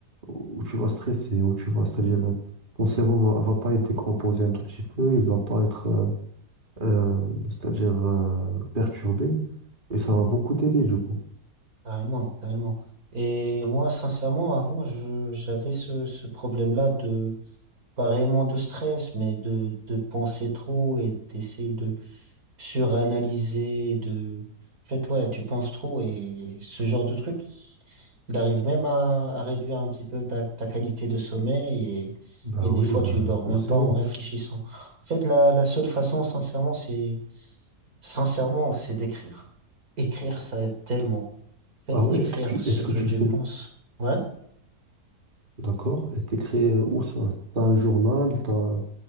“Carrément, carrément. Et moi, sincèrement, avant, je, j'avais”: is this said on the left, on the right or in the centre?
Right